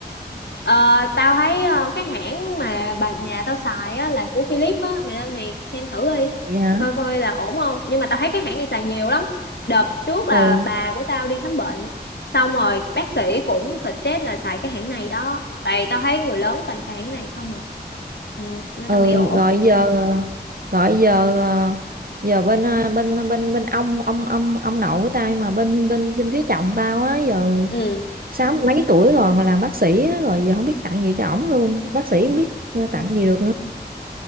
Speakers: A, on the left (about 75°); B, on the right (about 55°).
A: Ờ, tao thấy ờ, cái hãng mà bà nhà tao xài á, là của Philips á, mày lên mày xem thử đi,
B: vậy hả
A: coi coi là ổn không. Nhưng mà tao thấy cái hãng này xài nhiều lắm. Đợt trước là
B: ừ
A: bà của tao đi khám bệnh, xong rồi bác sĩ cũng suggest là xài cái hãng này đó. Tại tao thấy người lớn toàn xài hãng này không à, ừ, nên
B: ừ
A: tao nghĩ ổn.
B: gọi giờ gọi giờ ờ, giờ bên ờ, bên bên bên ông ông ông ông nội của tao nhưng mà bên bên bên phía chồng tao á giờ
A: Ừ,
B: sáu mươi mấy tuổi rồi mà làm bác sĩ á, rồi giờ không biết tặng gì cho ổng luôn bác sĩ không biết ờ,
A: ba
B: tặng
A: chồng,
B: gì được nữa